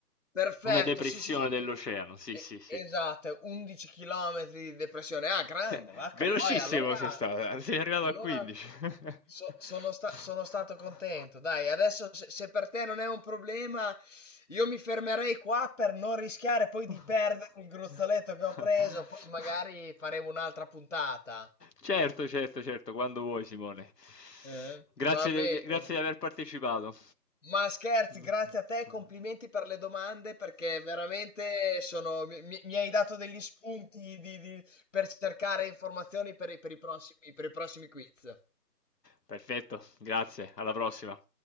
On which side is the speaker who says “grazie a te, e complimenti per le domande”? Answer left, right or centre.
Left